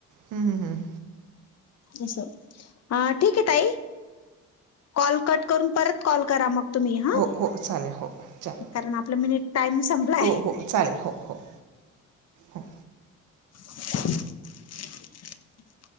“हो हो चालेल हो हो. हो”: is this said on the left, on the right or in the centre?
Right